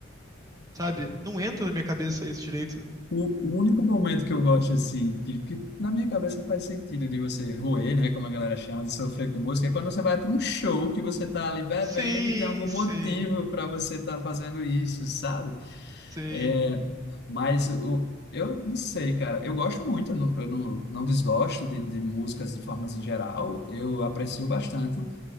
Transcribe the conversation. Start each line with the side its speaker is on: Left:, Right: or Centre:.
Right: Sabe? Não entra na minha cabeça isso direito.
Left: O o único momento que eu gosto, assim, que, que na minha cabeça faz sentido de você roer, né, como a galera chama, de sofrer com música, é quando você vai para um show que você tá ali bebendo
Right: Sim,
Left: e tem algum motivo
Right: sim,
Left: para você estar fazendo isso, sabe?
Right: sim.
Left: É, mas o, eu não sei, cara. Eu gosto muito, eu não, eu não, não desgosto de, de músicas de formas em geral, eu aprecio bastante,